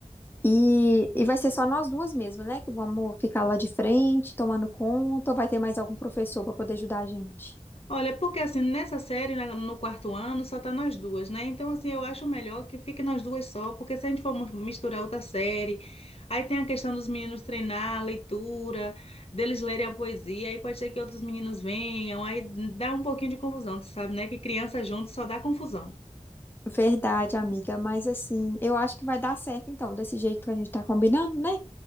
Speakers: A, on the left; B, on the left.
A: E, e vai ser só nós duas mesmo, né? Que vamos ficar lá de frente, tomando conta, ou vai ter mais algum professor para poder ajudar a gente?
B: Olha, porque assim, nessa série, na- no quarto ano, só tá nós duas, né? Então, assim, eu acho melhor que fique nós duas só, porque se a gente for mu- misturar outra série, aí tem a questão dos meninos treinar a leitura, deles lerem a poesia, aí pode ser que outros meninos venham, aí dá um pouquinho de confusão, tu sabe, né? Que criança junto só dá confusão.
A: Verdade, amiga, mas assim, eu acho que vai dar certo então, desse jeito que a gente tá combinando, né?